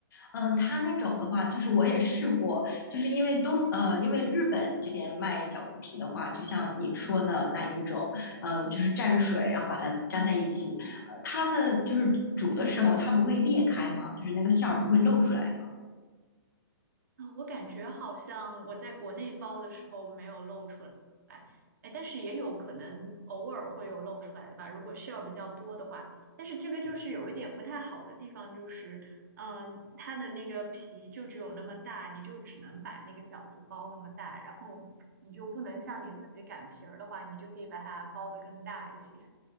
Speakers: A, on the left; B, on the right.
A: 嗯，它那种的话，就是我也试过，就是因为东呃，因为日本这边卖饺子皮的话，就像你说的那一种，嗯，就是蘸水，然后把它粘在一起，呃，它的就是煮的时候它不会裂开吗？就是那个馅儿不会露出来吗？
B: 啊，我感觉好像我在国内包的时候没有露出来，哎，但是也有可能偶尔会有露出来的吧，如果 share 比较多的话。但是这个就是有一点不太好的地方，就是，嗯、它的那个皮就只有那么大，你就只能把那个饺子包那么大，然后你就不能像你自己擀皮儿的话，你就可以把它包的更大一些。